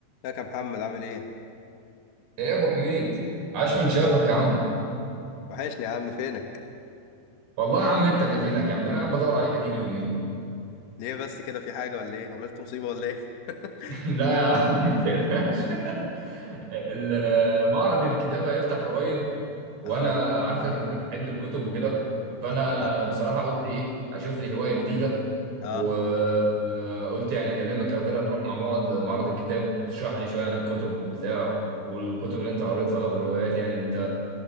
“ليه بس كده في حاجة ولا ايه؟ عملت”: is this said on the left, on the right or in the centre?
Left